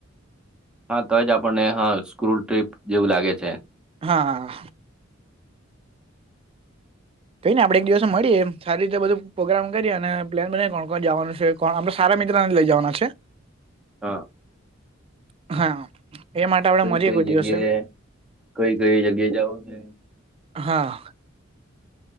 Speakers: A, in the centre; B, on the right (about 30°).
A: હા તો જ આપણને હા સ્ક્રુલ ટ્રીપ જેવું લાગે છે.
B: હા. કઈને આપણે એક દિવસ મળીએ સારી રીતે બધું પ્રોગ્રામ કરીએ અને પ્લાન બના કોણ કોણ જવાનું છે. પણ અમે સારા મિત્ર ને લઈ જવાના છે.
A: હા
B: હા. એ માટે આપડે
A: કઈ
B: મળીએ
A: કઈ
B: કોઈ
A: જગ્યાએ,
B: દિવસે
A: કઈ કઈ જગ્યાએ જાવું છે?
B: હા.